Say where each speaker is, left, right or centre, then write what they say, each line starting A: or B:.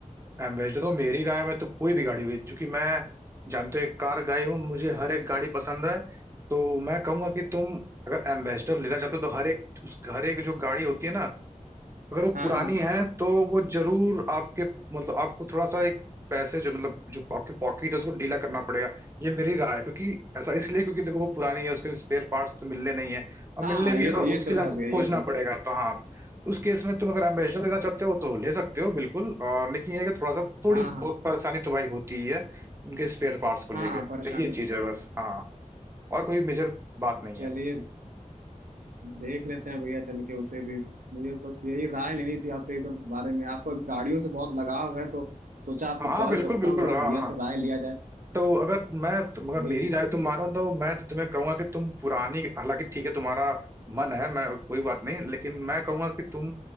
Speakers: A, on the right (about 20°); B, on the right (about 80°).
A: एम्बेसडर तो मेरी राय में तो कोई भी गाड़ी होगी क्योंकि मैं जानते हो एक कार गाई हूँ मुझे हर एक गाड़ी पसंद है तो मैं कहूंगा कि तुम अगर एम्बेसडर लेना चाहते हो तो हर एक उस हर एक जो गाड़ी होती है ना अगर वो
B: हाँ
A: पुरानी
B: हाँ
A: है तो वो जरूर आपके मतलब आपको थोड़ा सा एक पैसे जो मतलब जो आपके पॉकेट है उसको ढीला करना पड़ेगा ये मेरी राय है क्योंकि ऐसा इसलिए क्योंकि देखो वो पुरानी है उसके स्पेयर पार्ट्स तो मिलने नहीं है और
B: हाँ
A: मिलने
B: हाँ
A: भी
B: ये
A: है तो
B: तो ये
A: उसके
B: तो
A: लिए
B: है
A: आपको
B: भैया ये
A: खोजना
B: तो है
A: पड़ेगा तो हाँ तो उस केस में तुम अगर एम्बेसडर लेना चाहते हो तो ले सकते हो बिल्कुल और लेकिन ये है कि थोड़ा सा थोड़ी
B: हाँ हाँ
A: बहुत परेशानी तो भाई होती ही है उनके स्पेयर पार्ट्स को
B: हाँ
A: लेके
B: हाँ
A: तो
B: परेशानी
A: ये चीज
B: तो
A: है बस हाँ और कोई मेजर बात नहीं
B: चलिए
A: है
B: देख लेते हैं भैया चल के उसे भी मुझे बस यही राय लेनी थी आपसे ये सब बारे में आपको गाड़ियों से बहुत लगाव है तो सोचा आपको
A: हाँ हाँ
B: कॉल
A: बिल्कुल
B: करता
A: बिल्कुल
B: हूँ थोड़ा भैया
A: हाँ हाँ
B: से राय लिया जाए
A: तो अगर मैं मगर
B: वही
A: मेरी राय तुम मानो तो मैं तो तुम्हें कहूंगा कि तुम पुरानी हालांकि ठीक है तुम्हारा मन है मैं कोई बात नहीं लेकिन मैं कहूंगा कि तुम